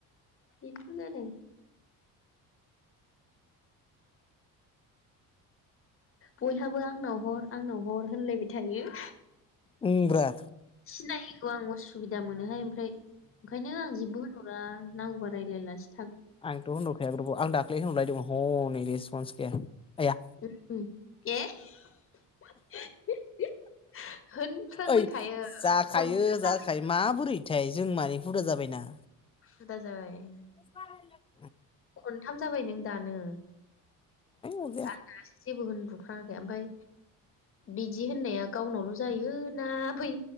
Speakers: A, on the left; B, on the left.
A: बेनोथ' जादों। बयहाबो आंनाव हर आंनाव हर होनलायबाय थायो।
B: उम ब्रा
A: सिनायैखौ आंबो सु सुबिदा मोनोहाय ओमफ्राय। ओंखायनो आं जेबो होनहर रा नांगौबा रायलायालासि
B: आंथ' होनहरखाया ग्रुबाव आं दाख्लि होनहरलायदोंमोन। हनै रिस्प'न्स गैया।
A: उम
B: आया
A: <unintelligible> होनफ्लांबाय
B: ओइ
A: थायो
B: जाखायो
A: खनथाम जाबाय
B: जाखायो माबोरैथाय जों मानि हुदा जाबायना।
A: हुदा जाबाय।
B: <unintelligible>
A: खनथाम जाबाय नों दानो।
B: अरजाया
A: आंहासो जेबो होनब्र'फ्राङाखै ओमफ्राय बिदि होननाया गावनावल' जायो ना बै